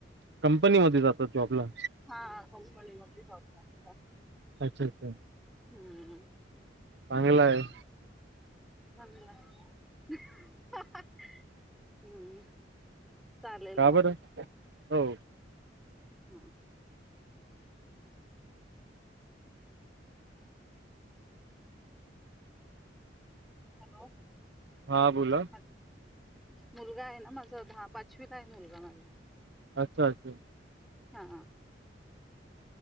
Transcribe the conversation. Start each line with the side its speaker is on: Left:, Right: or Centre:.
Right: कंपनीमध्ये जातात जॉबला?
Centre: हा. कंपनी मध्ये जॉब लागतात
Right: अच्छा अच्छा.
Centre: हम्म.
Right: चांगलं हाय.
Centre: चांगल हाय. अहंहं अहं. हम्म. चालेल
Right: का
Centre: मग
Right: बर? हो.
Centre: हा. <inaudible>
Right: हा बोला.
Centre: हा. मुलगा आहे ना माझा दहा पाचवीला आहे मुलगा माझा.
Right: अस अस.
Centre: हा.